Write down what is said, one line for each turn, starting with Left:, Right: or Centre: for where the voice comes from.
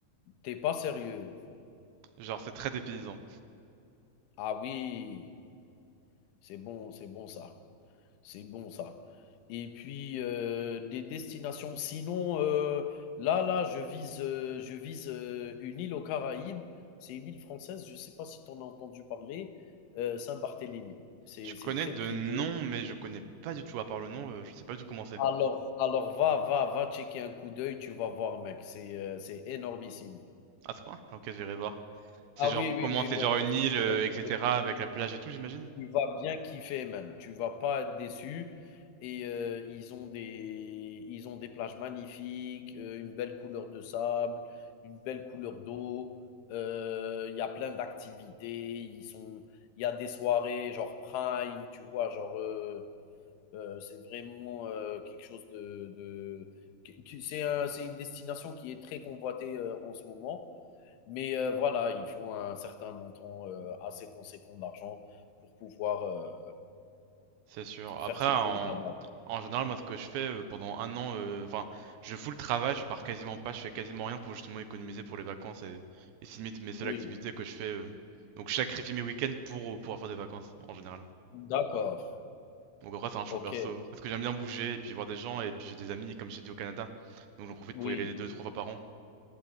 Left: t'es pas sérieux.
Right: Genre, c'est très dépaysant.
Left: Ah oui, c'est bon, c'est bon ça. C'est bon ça. Et puis heu, des destinations sinon, heu, là là, je vise, heu, je vise, heu, une île aux Caraïbes. C'est une île française, je ne sais pas si tu en as entendu parler, heu, Saint-Barthélemy. C'est
Right: Je connais
Left: c'est très
Right: de
Left: prisé.
Right: nom, mais je connais pas du tout. À part le nom, euh, je sais pas du tout comment c'est.
Left: Alors alors va va va checker un coup d'œil, tu vas voir mec, c'est, heu, c'est énormissime.
Right: Ah, c'est pas? Ok, j'irai voir. C'est
Left: Ah
Right: genre,
Left: oui, oui,
Right: comment
Left: oui,
Right: c'est
Left: mec,
Right: genre une
Left: faut que
Right: île,
Left: tu jettes
Right: euh,
Left: un coup
Right: etc.,
Left: d'œil.
Right: avec la plage et tout, j'imagine?
Left: Tu vas bien kiffer même, tu vas pas être déçu et heu, ils ont des ils ont des plages magnifiques, heu, une belle couleur de sable, une belle couleur d'eau, heu, il y a plein d'activités, ils sont il y a des soirées genre prime, tu vois? Genre, heu, euh, c'est vraiment euh, quelque chose de. de- c'est un- c'est une destination qui est très convoitée euh, en ce moment. Mais euh, voilà, il faut un certain montant euh, assez conséquent d'argent pour pouvoir euh,
Right: C'est sûr.
Left: faire
Right: Après,
Left: ces
Right: en,
Left: choses là-bas.
Right: en général, moi, ce que je fais euh, pendant un an, euh, enfin, je fous le travail, je pars quasiment pas, je fais quasiment rien pour justement économiser pour les vacances et, et c'est limite mes seules
Left: Oui,
Right: activités que je fais. euh. Donc, je sacrifie mes week-ends pour euh, pouvoir faire des vacances en général.
Left: d'accord.
Right: Donc, après, c'est un choix
Left: Ok.
Right: perso parce que j'aime bien bouger et puis voir des gens et puis j'ai des amis, comme j'ai dit au Canada. Donc, j'en profite
Left: Oui,
Right: pour y aller deux, trois fois par an